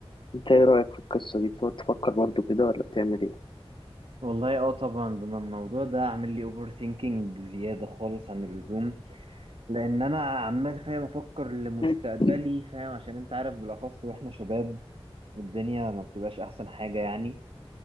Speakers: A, on the left; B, on the right.
A: انت ايه رايك في القصه دي بتقعد تفكر برضو كده ولا بتعمل ايه
B: والله اه طبعا ده أنا الموضوع ده عامل لي اوفر ثينكينج بزياده خالص عن اللزوم لان انا عمال فاهم افكر لمستقبلي
A: <laughs> <clears throat>
B: فاهم عشان انت عارف بالاخص واحنا شباب الدنيا ما بتبقاش احسن حاجه يعني